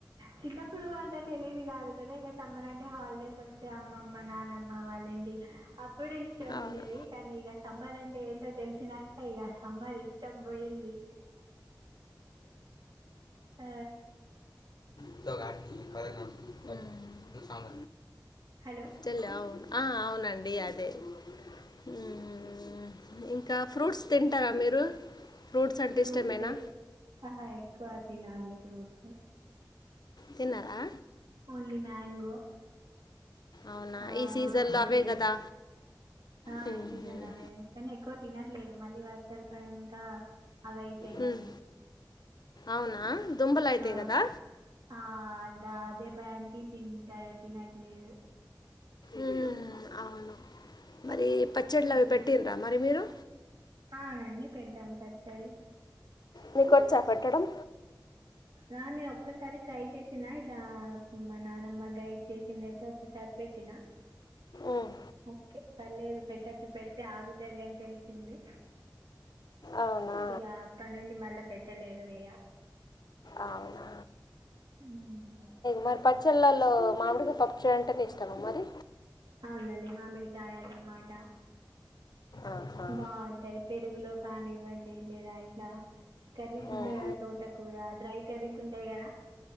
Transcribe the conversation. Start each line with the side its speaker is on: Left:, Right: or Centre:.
Right: చిన్నప్పుడు అంతా తెలీదు కాదు కదా, ఇగా సమ్మర్ అంటే హాలిడేస్ వాస్. సో అమ్మమ్మ నానమ్మ వాళ్ళుండి అప్పుడు ఇష్టం ఉండేది,
Left: అవును
Right: కానీ ఇగా సమ్మర్ అంటే ఏంటో తెలిసినాకా, ఇగా సమ్మర్ ఇష్టం పోయింది. ఆ
Left: <inaudible>
Right: హలో
Left: చెల్ల అవును ఆ అవునండి అదే ఉమ్మ్. ఇంక్ ఇంకా ఫ్రూట్స్ తింటారా మీరు. ఫ్రూట్స్ అంటే
Right: ఫ్రూట్స్
Left: ఇష్టమేనా
Right: ఏ ఆహా ఎక్కువ. తిన అండి ఫ్రూట్స్.
Left: తిన్నారా
Right: ఓన్లీ మ్యాంగో.
Left: అవునా
Right: ఆ
Left: ఈ సీజన్లో అవే
Right: గ్రేప్స్.
Left: కదా
Right: ఆ
Left: మ్మ్.
Right: ఈ సీజన్ అవే కానీ ఎక్కువ. తినట్లేదు మళ్ళీ వర్షాలు పడాన్. కదా అవి అయితాయ్
Left: మ్మ్.
Right: మళ్ళీ.
Left: అవునా దుంపలు అవుతాయి
Right: ఆ
Left: కదా
Right: ఆ బాధే దానికి తీన్ <unintelligible> తినట్లేదు
Left: ఉ అవును మరి పచ్చడిలు
Right: హ్మ్.
Left: అవి పెట్టినరా మరి మీరు
Right: అవునండి పెట్టాం పచ్చడి
Left: మీకు వచ్చా పెట్టడం
Right: నా నే ఒక్కసారి ట్రై చేసిన ఇలా మా నానమ్మ గైడ్ చేసింది అ ఒక సారి పెట్టినా
Left: ఉమ్,
Right: ఓకే పర్లేదు పెట్టొచ్చు పెడితే అవుతాది అని తెలిసింది
Left: అవునా
Right: ఇక అప్ప నుండి మళ్ళా పెట్టలేకపోయా
Left: అవునా
Right: ఇక
Left: మరి పచ్చళ్ళలో మామిడికాయ పప్పు <unintelligible> ఇష్టమా మరి
Right: అవునండి మామిడికాయ టమాటా
Left: ఆహా.
Right: బాగుంటాది పెరుగులో కాని వండి లేదా ఇట్లా కర్రీస్ ఉంటాయి
Left: ఉమ్,
Right: కదా తోటకూర డ్రై కర్రీస్ ఉంటాయి కదా